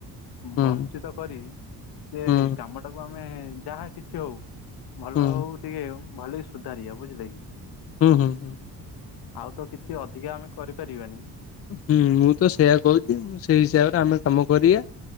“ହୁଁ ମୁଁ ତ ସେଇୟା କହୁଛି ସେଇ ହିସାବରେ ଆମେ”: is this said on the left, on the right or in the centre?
Left